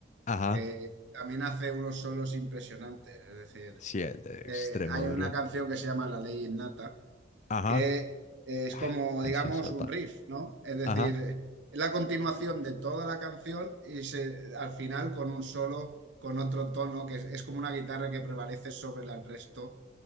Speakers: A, on the left; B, on the right.
A: ajá,
B: que también hace unos solos impresionantes. Es decir,
A: sí, el de
B: eh,
A: extremo
B: hay
A: duro,
B: una canción que se llama La Ley Innata,
A: ajá.
B: que eh, es
A: Ah,
B: como,
A: canción
B: digamos,
A: sota.
B: un riff, ¿no? Es decir,
A: Ajá,
B: es la continuación de toda la canción y se, al final con un solo, con otro tono, que es, es como una guitarra que prevalece sobre la- el resto.